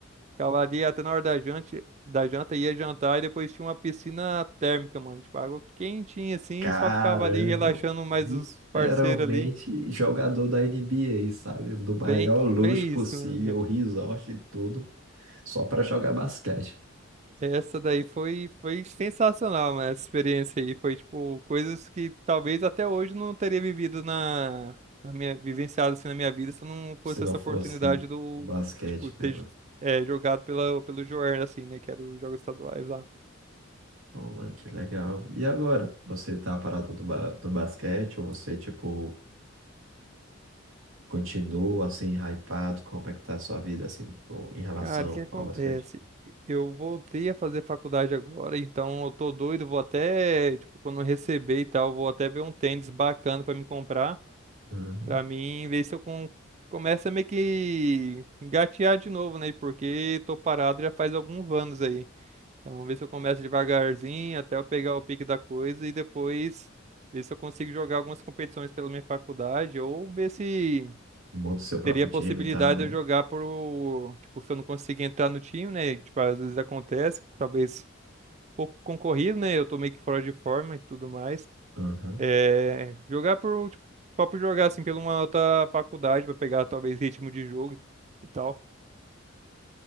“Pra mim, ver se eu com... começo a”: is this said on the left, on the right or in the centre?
Right